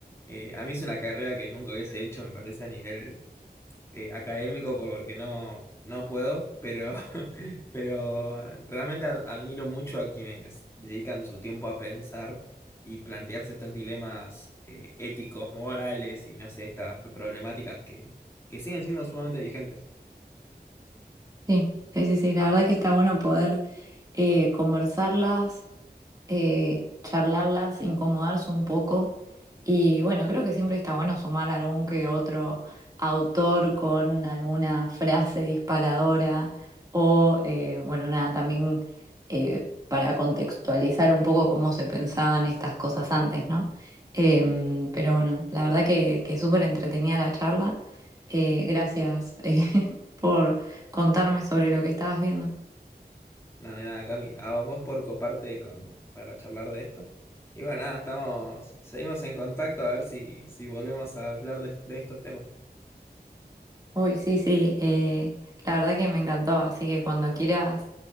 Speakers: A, on the left; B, on the right.
A: Eh, a mí es una carrera que nunca hubiese hecho, me parece, a nivel eh, académico, por- porque no, no puedo, pero, <laughs> pero realmente ad- admiro mucho a quienes dedican su tiempo a pensar y plantearse estos dilemas eh, éticos, morales y no sé, estas problemáticas que, que siguen siendo sumamente vigentes.
B: Sí, sí, sí, sí, la verdad que está bueno poder eh, conversarlas eh, charlarlas, incomodarse un poco. Y bueno, creo que siempre está bueno sumar algún que otro autor con alguna frase disparadora o, eh, bueno, nada, también eh, para contextualizar un poco cómo se pensaban estas cosas antes, ¿no? Em, pero bueno, la verdad que, que súper entretenida la charla. Eh, gracias <laughs> eh, por contarme sobre lo que estabas viendo.
A: Nada de nada, Cami. A vos por coparte con, para charlar de esto. Y bueno, nada, estamos, seguimos en contacto a ver si, si volvemos a hablar de, de estos temas.
B: Uy, sí, sí, eh, la verdad que me encantó, así que cuando quieras